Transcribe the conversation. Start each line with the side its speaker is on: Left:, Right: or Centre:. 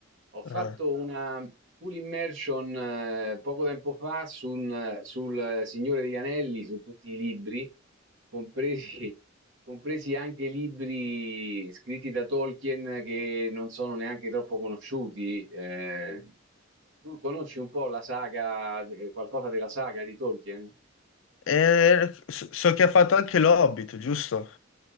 Right: Ho fatto
Left: Ah.
Right: una full immersion eh, poco tempo fa su un- sul Signore degli Anelli, su tutti i libri, compresi, compresi anche libri scritti da Tolkien che non sono neanche troppo conosciuti. eh. tu conosci un po' la saga, eh, qualcosa della saga di Tolkien?
Left: Eh, so, so che ha fatto anche l'Hobbit, giusto?